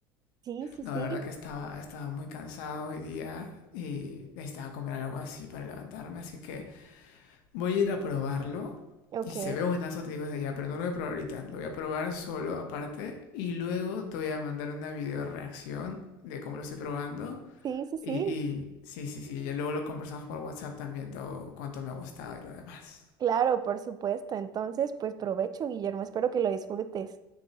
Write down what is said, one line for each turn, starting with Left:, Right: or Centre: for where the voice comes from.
Right: Sí, sí,
Left: No,
Right: sí.
Left: de verdad que estaba, estaba muy cansado hoy día y necesitaba comer algo así para levantarme. Así que voy a ir a probarlo.
Right: Ok.
Left: Y se ve buenazo, te digo desde ya, pero no lo voy a probar ahorita. Lo voy a probar solo aparte y luego te voy a mandar una video reacción de cómo lo estoy probando
Right: Sí, sí, sí.
Left: Y, y sí, sí, sí, ya luego lo conversamos por WhatsApp también, todo cuánto me ha gustado y lo demás. <laughs>
Right: Claro, por supuesto. Entonces, pues provecho, Guillermo. Espero que lo disfrutes.